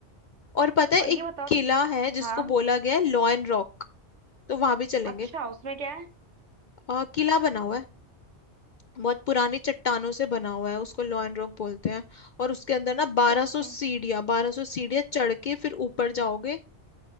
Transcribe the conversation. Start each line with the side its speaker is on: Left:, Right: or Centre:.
Left: और पता है
Right: और ये
Left: एक
Right: बताओ
Left: किला है जिसको
Right: हाँ
Left: बोला गया है लॉयन रॉक तो वहां भी चलेंगे
Right: अच्छा उसमें क्या है
Left: आ, किला बना हुआ है बहुत पुरानी चट्टानों से बना हुआ है उसको लॉयन रॉक बोलते हैं और उसके अंदर ना बारह
Right: चलो
Left: सौ
Right: फिर
Left: सीढ़ियाँ बारह सौ सीढ़ियाँ चढ़ के फिर ऊपर जाओगे